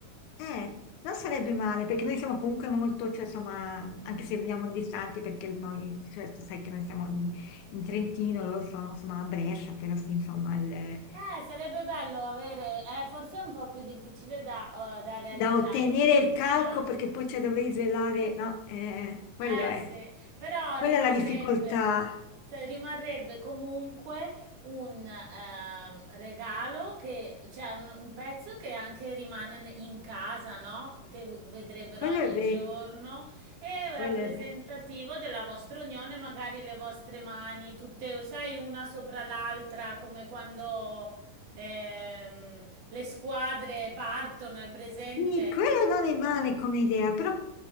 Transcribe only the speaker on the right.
Eh, sarebbe bello avere, eh, forse è un po' più difficile da, eh, da realizzare.
Ah.
Eh
sì, però
rimarrebbe,
se- rimarrebbe comunque un ehm, regalo che, cioè un, un pezzo che anche rimane ne- in casa, no? Che v- vedrebbero
ogni
giorno e rappresentativo
della vostra unione, magari le vostre mani, tutte, sai, una sopra l'altra, come quando ehm, le squadre partono, è presente?